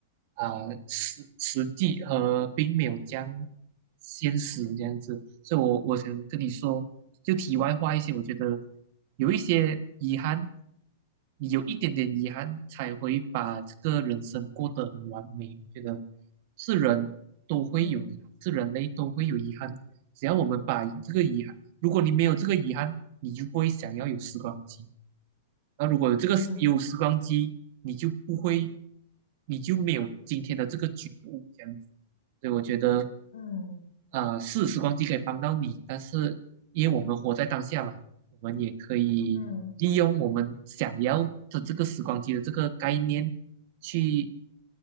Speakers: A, on the right; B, on the left.
A: 啊、实实际和并没有这样现实这样子，所以我我想跟你说，就题外话一些，我觉得有一些遗憾，你有一点点遗憾才会把这个人生过得很完美，我觉得是人都会有遗憾，
B: 嗯
A: 是人类都会有遗憾。只要我们把这个遗憾如果你没有这个遗憾，你就不会想要有时光机。那如果有这个有时光机，
B: 嗯
A: 你就不会，你就没有今天的这个觉悟这样子。所以我觉得，
B: 嗯
A: 啊，是时光机可以帮到你，但是因为我们活在当下嘛，我们也可以利用我们想要的这个时光机的这个概念去
B: 嗯，